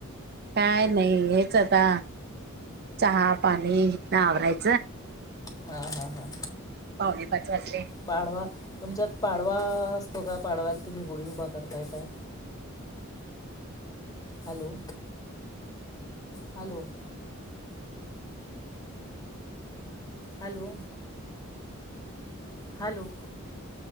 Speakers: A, on the right; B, on the left.
A: काय नाही हेच आता चहा पाणी हितन आवरायचं.
B: हा हा हा
A: पावणे पाच वाजले.
B: पाडवा तुमच्यात पाडवा असतो का पाडव्याला तुम्ही गुढी उभा करताय काय? Hello hello. Hello hello